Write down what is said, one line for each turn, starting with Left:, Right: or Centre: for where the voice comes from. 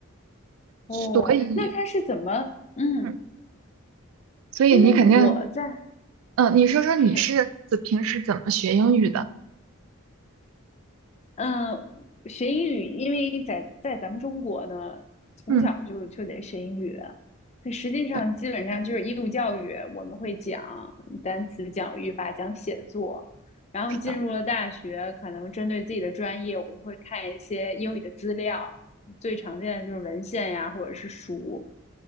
Left: 哦。
Right: 所以，
Left: 那他是怎么？嗯，
Right: 嗯，所以你肯定，
Left: 因为我在。
Right: 嗯，你说说你是怎平时怎么学英语的？
Left: <laughs> 嘿嘿。嗯，学英语，因为在在咱们中国呢，从小就就得学英语，
Right: 嗯，
Left: 所以实际上基本上就是义务教育，
Right: 对，
Left: 我们会讲单词、讲语法、讲写作，然后进入了大学，
Right: 是的，
Left: 可能针对自己的专业，我们会看一些英语的资料，最常见的就是文献呀，或者是书，